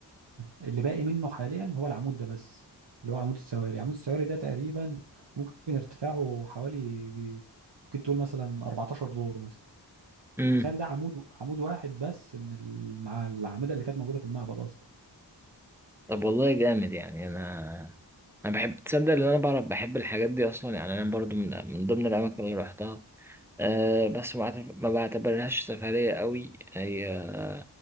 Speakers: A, on the right (about 75°); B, in the centre.
A: باقي منه حاليا هو العمود ده بس اللي هو عمود السواري عمود السواري ده تقريبا ممكن ارتفاعه حوالي ممكن تقول مثلا 14 دور مثلا
B: أمم
A: فتخيل ده عمود عمود واحد بس من المع... الأعمدة اللي كانت موجودة في المعبد أصلا
B: طب والله جامد يعني أنا أنا بحب تصدق إن أنا بعرف بحب الحاجات دي أصلا يعني أنا برضو من من ضمن الأماكن اللي رحتها أه بس ما أعتبر- ما بعتبرهاش سفرية قوي هي